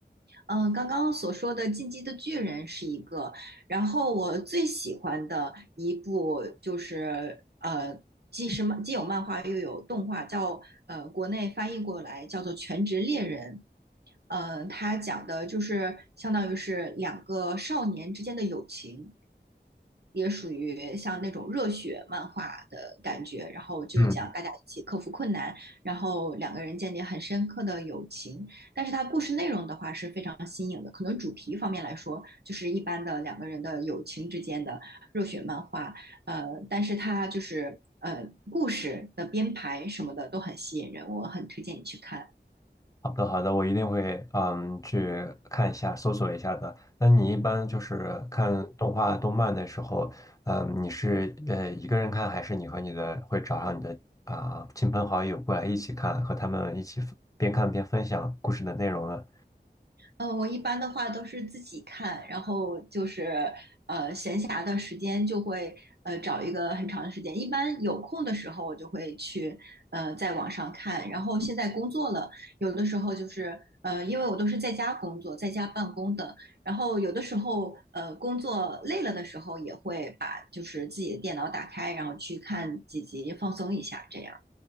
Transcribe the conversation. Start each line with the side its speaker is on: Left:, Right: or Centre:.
Right: 嗯，刚刚所说的《进击的巨人》是一个，然后我最喜欢的一部就是呃，既是漫既有漫画又有动画，叫呃国内翻译过来叫做《全职猎人》，嗯、呃，它讲的就是相当于是两个少年之间的友情，也属于像那种热血漫画的感觉。然后就讲大家一起克服困难，
Left: 嗯。
Right: 然后两个人建立很深刻的友情。但是它故事内容的话是非常新颖的，可能主题方面来说就是一般的两个人的友情之间的热血漫画。呃，但是它就是。呃，故事的编排什么的都很吸引人，我很推荐你去看。
Left: 好的，好的，我一定会嗯去看一下，搜索一下的。那你一般就是看动画、动漫的时候，嗯，你是呃一个人看，还是你和你的会找上你的啊、亲朋好友过来一起看，和他们一起分边看边分享故事的内容呢？
Right: 呃，我一般的话都是自己看，然后就是呃闲暇的时间就会呃找一个很长的时间，一般有空的时候我就会去呃在网上看，然后现在工作了，有的时候就是呃因为我都是在家工作，在家办公的，然后有的时候呃工作累了的时候也会把就是自己的电脑打开，然后去看几集放松一下这样。